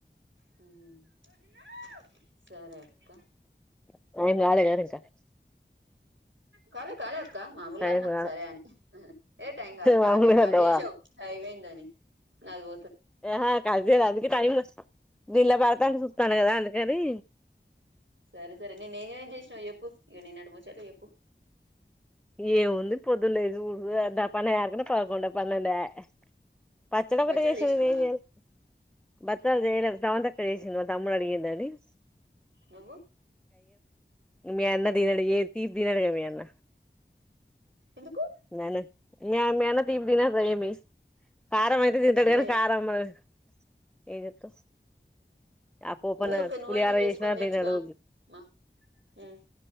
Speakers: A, on the right; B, in the centre.
A: హ సరే అక్క
B: <unintelligible>
A: కాలే కాల మామూలుగాన్నా
B: టైం కాలే
A: సరే అని ఏ టైం కాలే
B: మామూలుగా
A: ఆరు నుు కర్
B: అన్నవా
A: చేసావు అైవయిందని నాలుగు
B: ఏహా కాజద అందుక తానిస్త దిళ్ భర్తానికి చుస్తాను కదా అండి గడి
A: సరే సరే నేను నేం చేసినావు చెప్పు ఇక నిన్నటి ముచ్చారు చెప్పు
B: ఏ ముంది పొద్దునలేసి ఊపు అంత పనేయేవరకునా పదకొండు పన్నెడు ఆయె పచ్చడి ఒక్కటి
A: బచ్చాలు
B: చేసింది
A: చేసినావా
B: ఎం చేయాలె బచ్చాలు చేయలేదు సమంతక్క చేసింది మా తమ్ముడు అడిగింద ఐస్
A: నువ్వు
B: మీ అన్న తినడు ఎం తీపి తినడుగా మీ అన్న
A: ఎందుకు
B: నేను మే మేన తిపి తిన భయమేస్ కారం అయితే తింటాడు
A: అంటే
B: కానీ కారం మన ఏం కరమైతే తింటాడు గని కారం మ ఎం జెతావ్ ఆ పొపన్న
A: ఇది ఒక నువ్వైనా
B: పులిహర
A: చేసుకొని
B: చేసినా
A: తినొచ్చుగా
B: తినాడు
A: మా ఉమ్